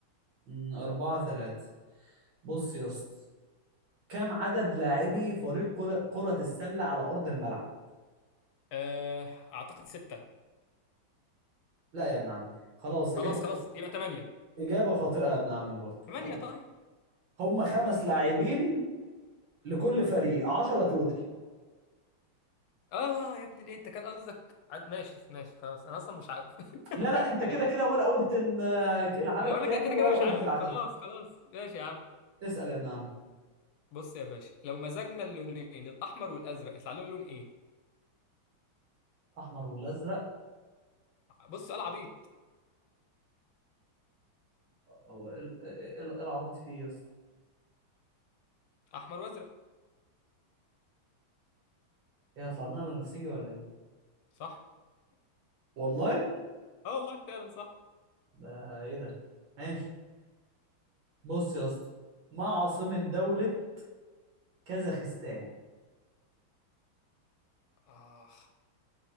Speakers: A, on the right; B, on the left.
A: أمم، أربعة ثلاثة بص يا اسطى كم عدد لاعبي فريق كل- كرة السلة على أرض الملعب؟
B: آه أعتقد ستة
A: لا يا ابن عم خلاص
B: خلاص
A: إجابة
B: خلاص يبقى ثمانية
A: إجابة خاطئة يا ابن عمي برضه
B: ثمانية
A: خلاص
B: طيب
A: هم خمس لاعبين لكل
B: والله
A: فريق 10 توتل
B: اه يا ابني ليه انت كان قصدك عد... ماشي ماشي خلاص انا اصلا مش عارف <laughs>
A: لا لا انت كده
B: ماشي.
A: كده ولا قلت ال- العدد
B: انا اقول
A: كامل
B: لك أنا كده كده
A: ولا
B: مش
A: قلت
B: عارف
A: العدد
B: خلاص خلاص ماشي يا عم
A: اسأل يا ابن عم
B: بص يا باشا لو مزجنا اللونين الاحمر والازرق يطلع لنا لون ايه
A: احمر ولا ازرق
B: بص سؤال عبيط
A: هو ايه ال- ايه ال- إيه العبيط فيه يا اسطى
B: احمر وازرق
A: ايه هيطلع لنا بنفسجي ولا ايه
B: صح
A: والله
B: اه والله فعلا صح
A: ده ايه ده ماشي بص يا اسطى ما عاصمة دولة كازاخستان
B: آه.